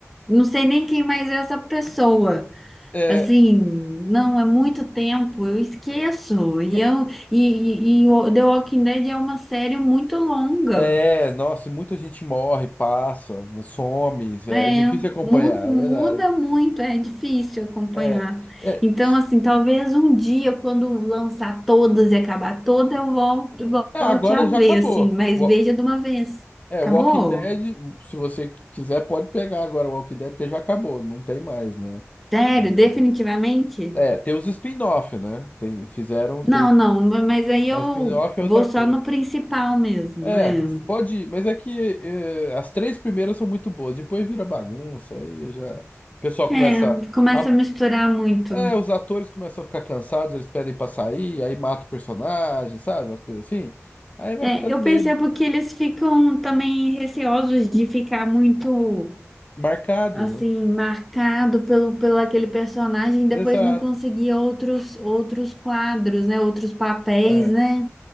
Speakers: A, in the centre; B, on the left.
A: não sei nem quem mais é essa pessoa.
B: É,
A: Assim, não, é muito tempo, eu esqueço. E,
B: e-
A: eu, e, e, e o The Walking Dead é uma série muito longa.
B: é, nossa, e muita gente morre, passa, some, é
A: É,
B: difícil acompanhar,
A: mu- muda
B: é verdade.
A: muito, é difícil acompanhar.
B: É, é,
A: Então,
B: s-
A: assim, talvez um dia, quando lançar todas e acabar toda, eu volto,
B: é,
A: volte
B: agora
A: a
B: já
A: ver,
B: acabou.
A: assim, mas
B: Wa-
A: veja de uma vez.
B: É,
A: Acabou?
B: Walking Dead, se você quiser, pode pegar agora o Walking Dead, porque já acabou, não tem mais, né?
A: Sério,
B: É,
A: definitivamente?
B: é, tem os spin-off, né? Tem, fizeram,
A: Não,
B: tem.
A: não, mas aí
B: Mas
A: eu
B: spin-off é
A: vou
B: outra
A: só
B: coisa.
A: no principal mesmo.
B: É,
A: é.
B: pode, mas é que eh, as três primeiras são muito boas, depois vira bagunça, aí eu já. O pessoal
A: É,
B: começa
A: começa
B: a.
A: a misturar muito.
B: É, os atores começam a ficar cansados, eles pedem pra sair, aí mata o personagem, sabe? Umas coisas assim. Aí vai
A: É,
B: ficando
A: eu
B: meio
A: percebo que eles ficam também receosos de ficar muito,
B: marcados,
A: assim,
B: né?
A: marcado pelo, pelo aquele personagem e depois
B: Exato.
A: não conseguir outros, outros quadros, né? Outros papéis,
B: É,
A: né?